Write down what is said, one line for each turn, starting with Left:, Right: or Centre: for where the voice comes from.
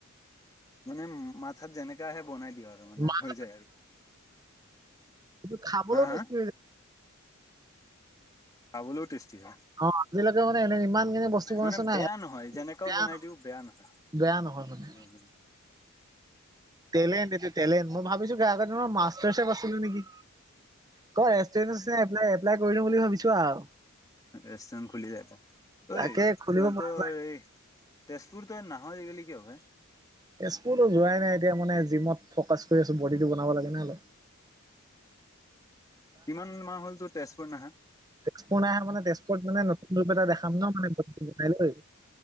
Left: মানে মাথাত যেনেকা আহে বনাই দিয় আৰু। মানে
Right: মা-
Left: হৈ যায় আৰু,
Right: কিন্তু খাবলৈও
Left: হা হা
Right: টেষ্টি হৈ যায়
Left: খাবলৈও টেষ্টি হয়।
Right: অ', আজিলৈকে মান এনে ইমান খিনি বস্তু বনাইছো
Left: মানে
Right: নাই
Left: বেয়া নহয়, যেনেকাও
Right: বেয়া
Left: বনাই
Right: নহয়
Left: দিওঁ বেয়া নহয়,
Right: বেয়া নহয় মানে
Left: উম।
Right: টেলেণ্ট, এইটো টেলেণ্ট, মই ভাবিছো আগত মই মাষ্টাৰচেফ আছিলো নেকি? ক এক এ <unintelligible> এপ্লাই কৰি দিওঁ বুলি ভাবিছো আৰু।
Left: ৰেষ্টোৰেণ্ট খুুলি দে,
Right: তাকে
Left: ঐ
Right: খুলিব
Left: তহঁতৰ
Right: পৰা যায়
Left: তেজপুৰ তই নাহা আজিকালি কিয় বে?
Right: তেজপুৰতো যোৱাই নাই, এতিয়া মানে জিমত ফ'কাচ কৰি আছো বডিটো বনাব লাগে ন'।
Left: কিমান মাহ হ'ল তোৰ তেজপুৰ নাহা?
Right: তেজপুৰ নাহা মানে তেজপুৰত মানে নতুন ৰূপ এটা দেখাম ন' মানে বনাই লৈ।